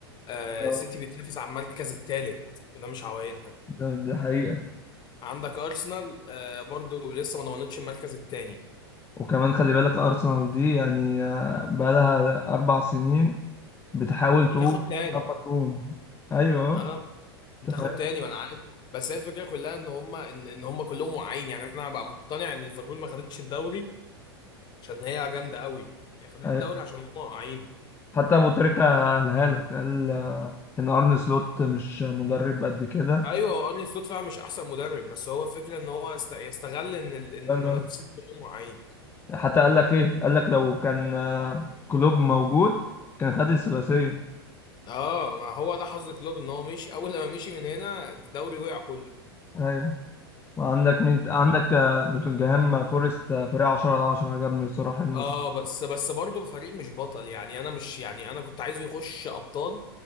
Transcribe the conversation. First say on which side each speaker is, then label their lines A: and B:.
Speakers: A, on the left; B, on the left.
A: آه
B: آه،
A: السيتي بتنافس على المركز الثالث وده مش عوايدها
B: ده, ده حقيقه
A: عندك ارسنال آه برضو لسه ما ضمنتش المركز الثاني
B: وكمان خلي بالك ارسنال دي يعني آه، بقالها اربع سنين بتحاول
A: بتاخد
B: تقوم
A: تاني
B: مش عارفة تقوم ايوه
A: آه، بتاخد
B: انت فاهم
A: تاني ما انا عارف بس هي الفكره كلها ان هم ان, إن هم كلهم واعيين يعني انا بقى مقتنع ان ليفربول ما خدتش الدوري عشان هي جامده قوي هي خدت
B: أيوه.
A: الدوري عشان هم واعيين
B: حتى ابو تريكة قالها لك قال آه، ان ارن سلوت مش مدرب قد كده
A: ايوه هو ارني سلوت فعلا مش احسن مدرب بس هو فكره ان هو است- يستغل ان ال- ان
B: قال
A: المنافسين كلهم واعيين
B: حتى قال لك ايه قال لك لو كان آه، كلوب موجود كان خد الثلاثيه
A: اه ما هو ده حظ كلوب ان هو مشي اول لما مشي من هنا الدوري وقع كله
B: ايوه وعندك مين ت- عندك آه، نوتنجهام فورست آه، فريق 10 على 10 عجبني بصراحه الموسم
A: اه بس بس برضه فريق مش بطل يعني انا مش يعني انا كنت عايزه يخش ابطال